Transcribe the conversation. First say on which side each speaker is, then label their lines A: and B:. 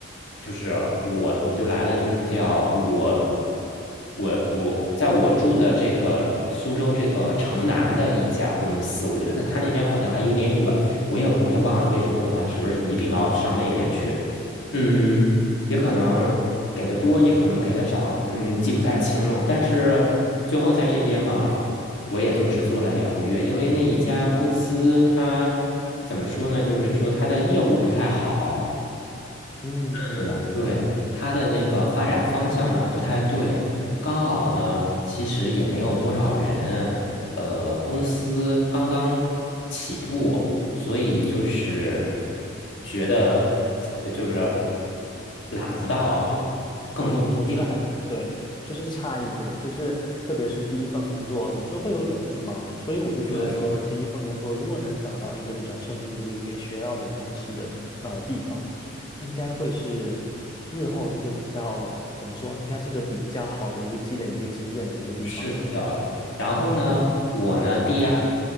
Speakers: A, on the left; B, on the left.
A: 就是我我就来了，就是叫我我我在我住的这个苏州这个城南的一家公司，我觉得他那边好像还有点远，我也我也忘了为什么我当时一定要上那边去，嗯，也可能给的多，也可能给的少，嗯，记不太清了，但是最后在这边嘛。我也就只做了两个月，因为那一家公司它怎么说呢，就是说它的业务不太好。
B: 嗯，
A: 嗯对，
B: 明白。
A: 它的那个发展方向呢不太对，刚好呢其实也没有多少人，呃，公司刚刚起步，所以就是觉得呃就是揽不到
B: 就
A: 更多的业务。
B: 嗯，我觉得还对，就是差一点，就是特别是第一份工作，总是会有点迷茫，所以我就觉得说，
A: 对
B: 第一份工作如果能找到一个比较称心如意，可以学到点东西的东呃地方，应该会是日后的一个比较怎么说，应该是个比较好的一个积累一个经验的一个地方啦。
A: 是的，然后呢，
B: 对，
A: 我呢，第二，